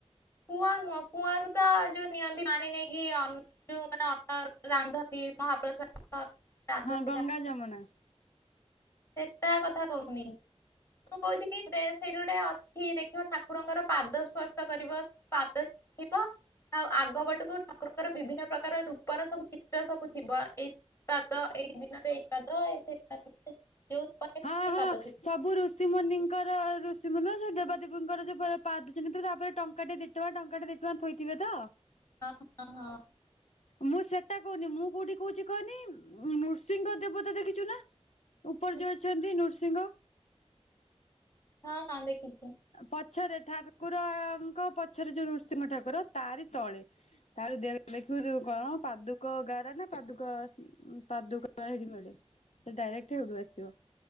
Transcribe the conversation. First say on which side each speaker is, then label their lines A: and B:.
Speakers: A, on the left; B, on the left.
A: କୂଅ ନୁହଁ କୂଅରୁତ ଯୋଉ ନିଅନ୍ତି ପାଣି ନେଇକି ଅନ ଯୋଉ ମାନେ ଅନ୍ନ ରାନ୍ଧନ୍ତି ମହାପ୍ରସାଦ। ରାନ୍ଧନ୍ତି
B: ହଁ ଗଙ୍ଗା ଯମୁନା।
A: ତା କଥା କହୁନି। ମୁଁ କହୁଛିକି ଦେ ସେଇଠି ଗୋଟେ ଅଛି ଦେଖିବ ଠାକୁରଙ୍କର ପାଦ ସ୍ପର୍ଶ କରିବ। ପାଦ ଥିବ ଆଉ ଆଗ ପଟକୁ ଠାକୁରଙ୍କର ବିଭିନ୍ନ ପ୍ରକାର ରୂପର ସବୁ ଚିତ୍ର ସବୁଥିବ ଏଇ ପାଦ ଏ ଏ ଦିନରେ ଏଇପାଦ ଏ ସେ ଯୋଉ ଉପରେ
B: ହଁ
A: ସେ
B: ହଁ
A: ପାଦ ଥିବ।
B: ସବୁ ଋଷିମୁନିଙ୍କର ଋଷିମୁନି ନୁହଁ ସେଠି ଦେବା ଦେବି ଦେବୀଙ୍କର ଯୋଉ ପାଦଚିହ୍ନଥିବ ତାପରେ ଟଙ୍କାଟେ ଦିଟଙ୍କା ଟଙ୍କାଟେ ଦିଟଙ୍କା ଥୋଇଥିବେତ?
A: ହଁ ହଁ ହଁ।
B: ମୁଁ ସେଟା କହୁନି ମୁଁ କୋଉଠି କହୁଛି କହନି ନୃସିଂହ ଦେବତା ଦେଖିଛୁ ନା? ଉପର
A: ହୁଁ,
B: ଯଉ ଅଛନ୍ତି ନୃସିଂହ।
A: ହଁ ହଁ ଦେଖିଛି।
B: ପଛରେ ଠାକୁର ଙ୍କ ପଛରେ ଯୋଉ ନୃସିଂହ ଠାକୁର ତାରି ତଳେ ତା ଦେ କଣ ପାଦୁକ ଗାରା ନା ପାଦୁକ ପାଦୁକ ସେଠି ମିଳେ। ସେ ଡାଇରେକ୍ଟ କେବେଠୁ ଆସିବ